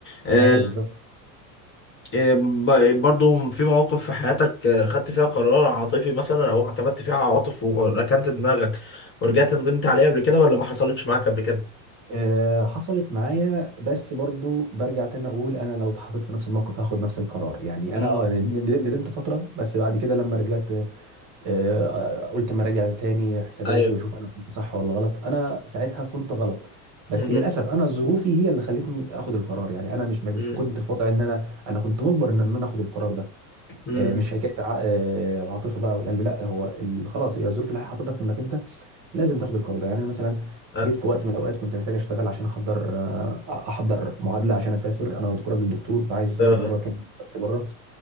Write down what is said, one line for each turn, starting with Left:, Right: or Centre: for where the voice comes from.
Left: آه،
Right: ايوه بالظبط
Left: آه، ب- برضو في مواقف في حياتك آه، خدت فيها قرار عاطفي مثلا او اعتمدت فيها على عواطف وركنت دماغك ورجعت ندمت عليها قبل كده ولا ما حصلتش معاك قبل كده؟
Right: آه، حصلت معايا بس برضو برجع تاني اقول انا لو اتحطيت في نفس الموقف هاخد نفس القرار يعني
Left: مم.
Right: انا اه ند- ند- ندمت فتره بس بعد كده لما رجعت آه، آه، قلت اما اراجع تاني حساباتي
Left: ايوه
Right: واشوف انا كنت صح ولا غلط انا ساعتها كنت غلط بس
Left: مم.
Right: للاسف انا ظروفي هي اللي خلتني اخد القرار يعني انا مش مش
Left: مم.
Right: كنت في وضع ان انا انا كنت مجبر ان انا اخد القرار ده
Left: مم.
Right: آه، مش حكايه ع- آه، العاطفه بقى والقلب لا هو ال- خلاص هي الظروف الحياه حطتك انك انت لازم تاخد القرار ده يعني انا مثلا
Left: آه.
Right: جيت في وقت من الاوقات كنت محتاج اشتغل عشان احضر آه، احضر معادله عشان اسافر انا دكتور- راجل دكتور فعايز اسافر
Left: آه.
Right: بره كام بس بره